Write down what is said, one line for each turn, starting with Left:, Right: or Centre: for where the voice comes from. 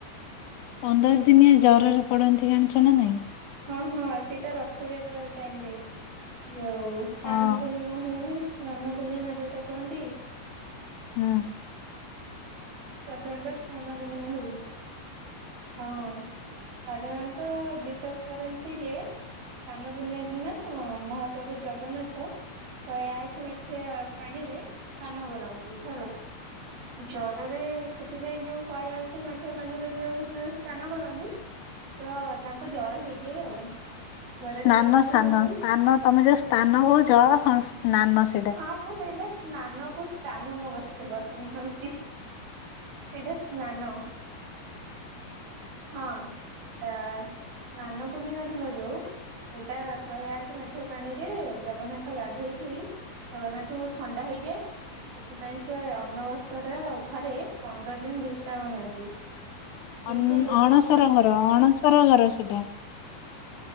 Left: ପନ୍ଦର ଦିନିଆ ଜରରେ ପଡନ୍ତି ଜାଣିଛ ନା ନାଇଁ?
Right: ହଁ ହଁ ସେଇଟା ରଥଯାତ୍ରା ଟାଇମ ରେ। ଯୋଉ ସ୍ନାନ
Left: ହଁ
Right: ପୂର୍ଣ୍ଣିମା ହୁଏନି ସ୍ନାନ ପୂର୍ଣ୍ଣିମା ଯୋଉଟା କୁହନ୍ତି।
Left: ହଁ।
Right: ପ୍ରଥମତଃ ସ୍ନାନ ପୂର୍ଣ୍ଣିମା ହୁଏ। ହଁ ସାଧାରଣତଃ ବିଶ୍ଵାସ କରନ୍ତି ଯେ- ସ୍ଥାନ ପୂର୍ଣ୍ଣିମା ଦିନ ମହାପ୍ରଭୁ ଜଗନ୍ନାଥ- ଶହେ ଆଠେ ମାଠିଆ ପାଣି ରେ ସ୍ନାନ କରନ୍ତି ହେଲା। ଜ୍ୱରରେ ସେଥିପାଇଁ ଯୋଉ ଶହେ ଆଠ ମାଠିଆ ପାଣିରେ ଯୋଉ ସ୍ନାନ କରନ୍ତି। ତ ତାଙ୍କୁ ଜର ହେଇଯାଏ ଆଉ। ଜରରେ
Left: ସ୍ନାନ
Right: ପୀଡିତ
Left: ସାନ
Right: ହୁଅନ୍ତି।
Left: ସ୍ଥାନ ତମେ ଯୋଉ ସ୍ଥାନ କହୁଚ ସ୍ନାନ ସେଇଟା।
Right: ହଁ ମୁଁ ସେଇଟା ସ୍ନାନ କୁ ସ୍ଥାନ ମୁଁ ପାଟିରେ ପସ ହଉଛି ସେଇଟା ସ୍ନାନ ହଁ ଆ ସ୍ନାନ ପୂର୍ଣ୍ଣିମା ଦିନ ଯୋଉ ଏଇଟା ଶହେ ଆଠ ମାଠିଆ ପାଣିରେ ଜଗନ୍ନାଥ ଗାଧେଇକି ଜଗନ୍ନାଥଙ୍କୁ ଥଣ୍ଡା ହେଇଯାଏ ସେଥିପାଇଁ ସେ ଆ ସର ଘରେ ପନ୍ଦର ଦିନ ବିଶ୍ରାମ ନିଅନ୍ତି। କିନ୍ତୁ
Left: ଅନ
Right: ଲୋକ
Left: ଆଣସର
Right: କ
Left: ଘର ଆଣସର ଘର ସେଟା।